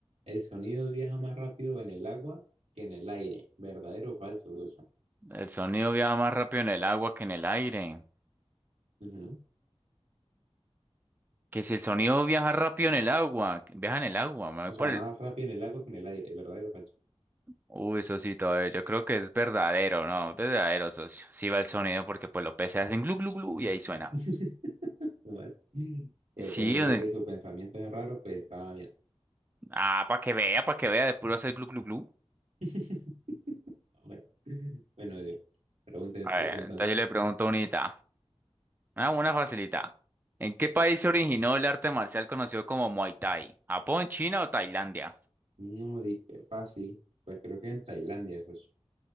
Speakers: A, on the right; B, on the right.
A: El sonido viaja más rápido en el agua que en el aire. ¿Verdadero o falso, socio?
B: El sonido viaja más rápido en el agua que en el aire.
A: Ujú.
B: Que si el sonido viaja rápido en el agua, viaja en el agua. Me voy
A: O
B: por
A: sea, más
B: el-
A: rápido en el agua que en el aire. ¿Verdadero o falso?
B: Uy, socito, a ver, yo creo que es verdadero, ¿no? Verdadero, socio. Sí va el sonido porque pues los peces hacen glu glu glu y ahí suena.
A: <laughs> No más. Pues
B: Sí,
A: déjeme decirle
B: donde-
A: que su pensamiento es raro, pues estaba bien.
B: ah, para que vea, para que vea, de puro hacer glu glu glu.
A: <laughs> Bueno, bueno, yo. Pregunten
B: A
A: usted
B: ver,
A: entonces.
B: entonces yo le pregunto unita, una una facilita. ¿En qué país se originó el arte marcial conocido como Muay Thai? ¿Japón, China o Tailandia?
A: No di que fácil. Pues creo que en Tailandia, pues,